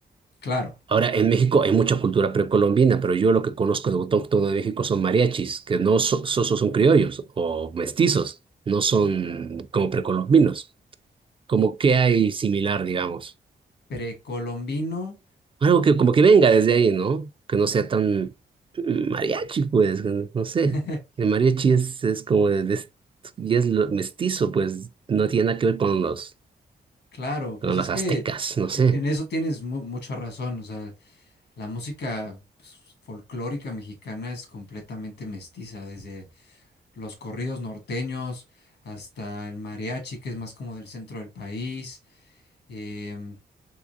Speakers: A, on the left; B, on the right.
A: claro.
B: Ahora, en México hay mucha cultura precolombina, pero yo lo que conozco de autóctono de México son mariachis, que no so- so- so son criollos o mestizos, no son como precolombinos. Como que hay similar, digamos.
A: Precolombino.
B: Algo que como que venga desde ahí, ¿no? Que no sea tan mm, mariachi, pues, que no sé.
A: <laughs>
B: El mariachi es, es como de, de- y es lo- mestizo, pues, no tiene nada que ver con los,
A: Claro,
B: con
A: pues es
B: los
A: que
B: aztecas, no sé.
A: e- en eso tienes mu- mucha razón. O sea, la música pues, folclórica mexicana es completamente mestiza desde los corridos norteños, hasta el mariachi, que es más como del centro del país, em,